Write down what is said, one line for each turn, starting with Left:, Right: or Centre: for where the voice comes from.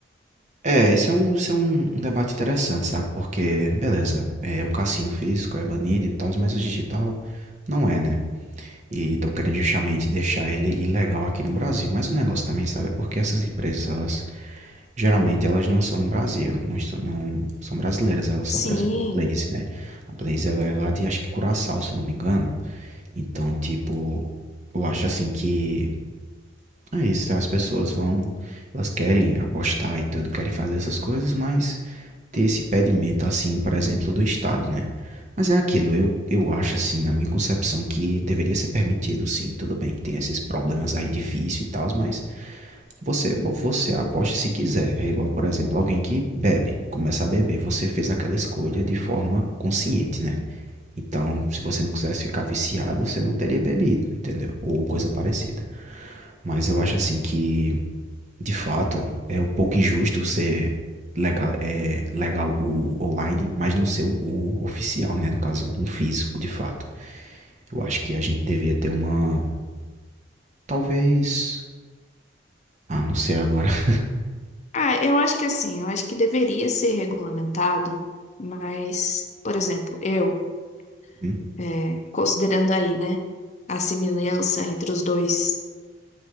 Right: É, isso é um, isso é um um debate interessante, sabe? Porque, beleza, é, o cassino físico é banido e tal, mas o digital não é, né? E estão querendo justamente deixar ele ilegal aqui no Brasil. Mas o negócio também, sabe, é porque essas empresas, elas geralmente elas não são no Brasil, não, estão, não são brasileiras, elas são,
Left: Sim.
Right: por exemplo, a Blaze, né? A Blaze ela é lá de acho que Curaçao, se não me engano. Então, tipo, eu acho assim que é isso, tá? as pessoas vão, elas querem apostar e tudo, querem fazer essas coisas, mas ter esse impedimento, assim, por exemplo, do Estado, né? Mas é aquilo, eu, eu acho, assim, na minha concepção, que deveria ser permitido, sim. Tudo bem que tem esses problemas aí de vício e tal, mas você, você aposta se quiser. É igual, por exemplo, alguém que bebe, começa a beber. Você fez aquela escolha de forma consciente, né? Então, se você não quisesse ficar viciado, você não teria bebido, entendeu? Ou coisa parecida. Mas eu acho assim que de fato, é um pouco injusto ser legal, é, legal o online, mas não ser o, o oficial, né? No caso, um físico, de fato. Eu acho que a gente devia ter uma. Talvez. Ah, não sei agora. <laughs>
Left: Ah, eu acho que assim, eu acho que deveria ser regulamentado, mas, por exemplo, eu,
Right: Hum,
Left: é, considerando aí, né, a semelhança entre os dois,